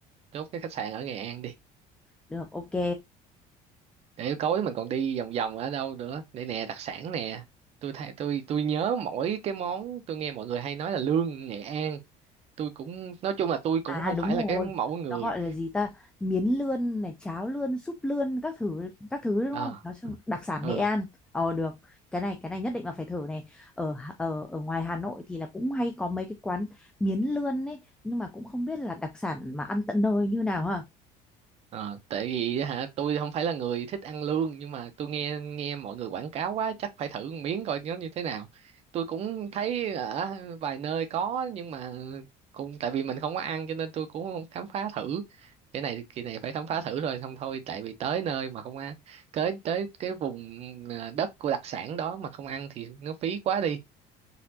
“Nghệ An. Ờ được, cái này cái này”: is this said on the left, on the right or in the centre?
Centre